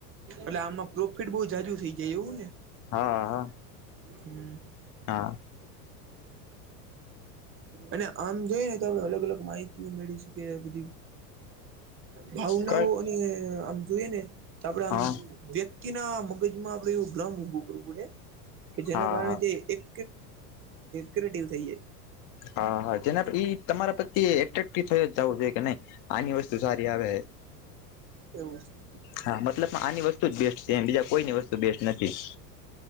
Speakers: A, on the right; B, on the left.
A: તો આમાં પ્રોફિટ બહુ જાજુ થઇ જાય એવું ને
B: હા હા
A: હમ્મ
B: હા
A: અને આમ જોઈને આપડે અલગ અલગ માહિતી મેળવી શકે બધી ભાવ ના
B: કઈ
A: હો અને આમ જોઈએ ને તો આપડે
B: હા
A: આમ વ્યક્તિ ના મગજ માં આપડે એવું ભ્રમ ઉભો કરવું પડે કે જેના
B: હા હા
A: કારણે જે એક ક્ર્રેટિવ થઈ જાય
B: હા હા જેના ઈ તમારા પ્રતે એટ્રેક્ટ થયો જવું જોઈએ કે નહી આની વસ્તુ સારી આવે
A: એવું છે
B: હા મતલબ આની વસ્તુ જ બેસ્ટ છે એ બીજા કોઈની વસ્તુ બેસ્ટ નથી